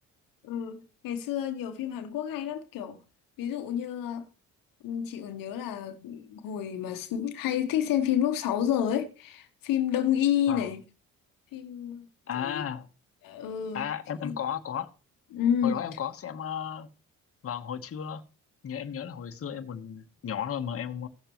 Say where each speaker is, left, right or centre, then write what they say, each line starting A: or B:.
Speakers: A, on the left; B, on the left.
A: Ừ, ngày xưa nhiều phim Hàn Quốc hay lắm kiểu ví dụ như Ừ, Chị còn nhớ là hồi mà s- hay thích xem phim lúc 6 giờ ấy, phim Đông Y
B: vâng
A: này, phim
B: à
A: rồi ừ, Ừ,
B: à em em có có
A: <laughs>
B: hồi đó em có xem ờ, vào hồi trưa nhớ em nhớ là hồi xưa em còn nhỏ thôi mà em